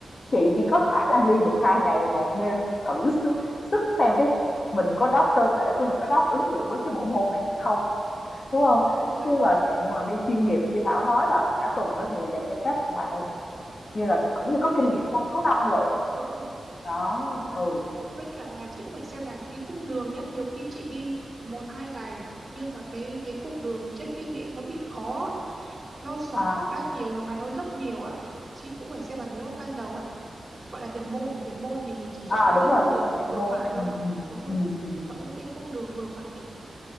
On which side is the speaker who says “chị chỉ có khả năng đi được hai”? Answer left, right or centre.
Left